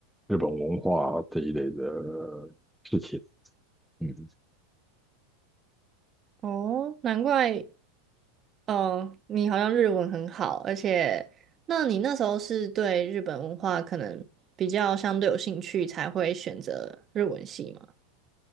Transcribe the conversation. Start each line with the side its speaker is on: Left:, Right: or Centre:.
Centre: 日本文化这一类的事情。嗯
Right: 哦，难怪，嗯，你好像日文很好，而且，那你那时候是对日本文化可能比较相对有兴趣，才会选择日文系吗？